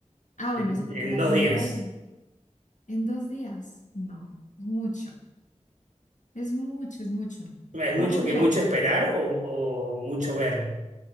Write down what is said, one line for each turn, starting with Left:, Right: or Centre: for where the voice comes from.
Left: Ah, bueno,
Right: En,
Left: sí, porque
Right: en
Left: la
Right: dos
Left: primera
Right: días.
Left: en, en dos días. No, mucho. Es mucho, es mucho.
Right: ¿Es mucho
Left: Porque mira,
Right: que mucho esperar o, o mucho ver?